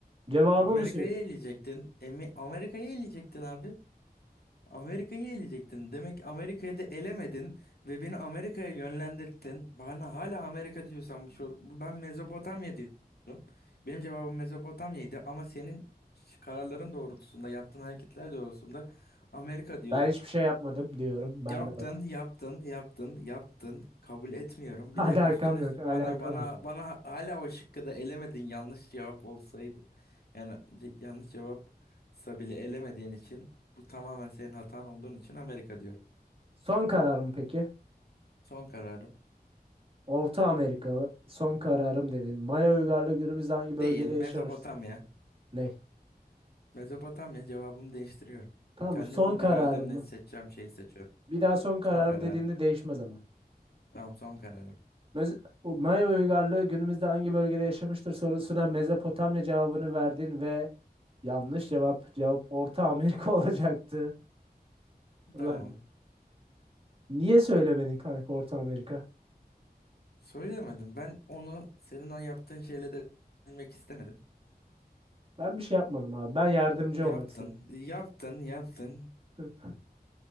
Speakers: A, on the right (about 35°); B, on the left (about 70°).
A: Cevabı
B: Amerika'yı
A: mı söyle?
B: eleyecektin. Emi Amerika'yı eleyecektin abi. Amerika'yı eleyecektin. Demek Amerika'yı da elemedin ve beni Amerika'ya yönlendirdin. Bana hala Amerika diyorsan bu şor- bu- ben Mezopotamya diyorum. Benim cevabım Mezopotamya'ydı ama senin kararların doğrultusunda, yaptığın hareketler doğrultusunda Amerika diyorum.
A: Ben hiçbir şey yapmadım diyorum. Ben
B: Yaptın,
A: de baş.
B: yaptın, yaptın, yaptın. Kabul etmiyorum.
A: <laughs>
B: Bir
A: Alakam
B: de üstüne üstlük
A: yok, alakam
B: bana bana
A: yok.
B: bana ha- hala o şıkkı da elemedin. Yanlış cevap olsaydı. Yani ce- yanlış cevapsa bile elemediğin için bu tamamen senin hatan olduğun için Amerika diyor.
A: Son kararım peki?
B: Son kararım.
A: Orta Amerika son kararım dedin. Maya uygarlığı günümüzde hangi
B: Değil,
A: bölgede
B: Mezopotamya.
A: yaşamıştır? Ne?
B: Mezopotamya cevabımı değiştiriyorum.
A: Tamam
B: Kendi
A: mı? Son
B: hür
A: kararım
B: irademle
A: mı?
B: seçeceğim şeyi seçiyorum.
A: Bir daha son kararım
B: Son kararım.
A: dediğinde değişmez ama.
B: Tamam, son kararım.
A: Mez o Maya uygarlığı günümüzde hangi bölgede yaşamıştır sorusuna Mezopotamya cevabını verdin ve yanlış cevap. Cevap Orta Amerika <laughs> olacaktı. Ulan
B: Tamam.
A: niye söylemedin kanka Orta Amerika?
B: Söylemedim. Ben onu senin o yaptığın şeyle de bilmek istemedim.
A: Ben bir şey yapmadım abi. Ben yardımcı
B: Yaptın,
A: olmak istedim.
B: yaptın, yaptın.
A: <laughs>